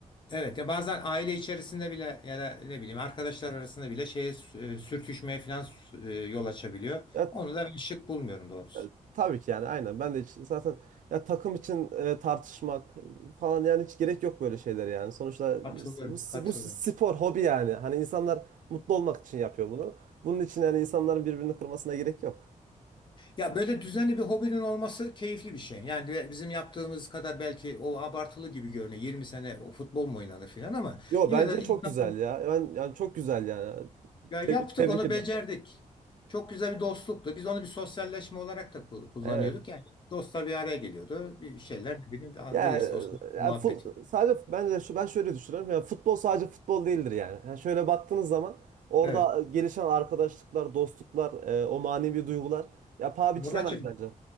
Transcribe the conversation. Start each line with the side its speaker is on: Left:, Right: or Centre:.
Left: Evet ya bazen aile içerisinde bile ya da ne bileyim arkadaşlar arasında bile şeye e, sürtüşmeye falan e, yol açabiliyor.
Right: Ya,
Left: Onu da ben şık bulmuyorum doğrusu.
Right: e, tabii ki yani aynen. Ben de hiç- zaten ya takım için e, tartışmak falan yani hiç gerek yok böyle şeyler yani. Sonuçta
Left: Katılıyorum,
Right: bu, bu
Left: katılıyorum.
Right: bu spor, hobi yani. Hani insanlar mutlu olmak için yapıyor bunu. Bunun için yani insanların birbirini kırmasına gerek yok.
Left: Ya böyle düzenli bir hobinin olması keyifli bir şey. Yani de- bizim yaptığımız kadar belki o abartılı gibi görünüyor. 20 sene o futbol mu oynanır filan ama
Right: Yo
Left: yine
Right: bence
Left: de insan
Right: çok güzel ya. Ben yani çok güzel yani.
Left: ya
Right: Tebrik,
Left: yaptık
Right: tebrik
Left: onu
Right: ediyorum.
Left: becerdik. Çok güzel bir dostluktu. Biz onu bir sosyalleşme olarak da kul- kullanıyorduk.
Right: Evet.
Left: Yani dostlar bir araya geliyordu. Bir şeyler ne bileyim
Right: Ya,
Left: bilirsin dostlar
Right: ya
Left: muhabbeti.
Right: fu- sadece ben de şu ben şöyle düşünüyorum. Yani futbol sadece futbol değildir yani. Yani şöyle baktığınız zaman orada
Left: Evet.
Right: e, gelişen arkadaşlıklar, dostluklar, e, o manevi duygular ya paha biçilemez
Left: Muratçım
Right: bence.